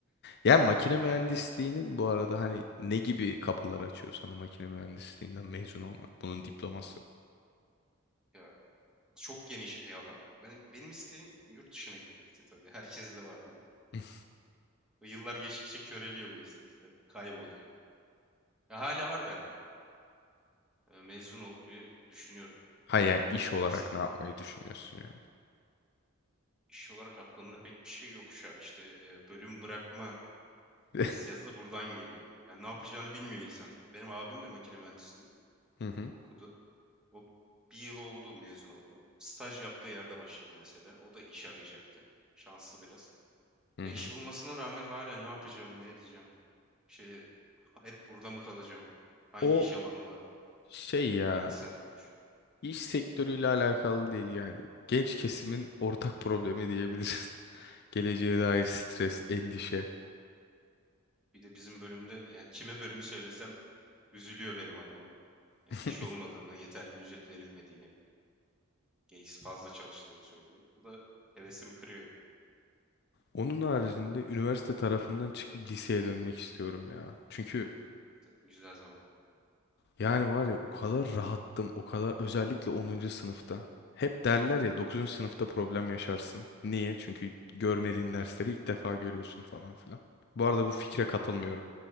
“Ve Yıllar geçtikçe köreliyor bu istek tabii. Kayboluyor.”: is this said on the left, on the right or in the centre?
Centre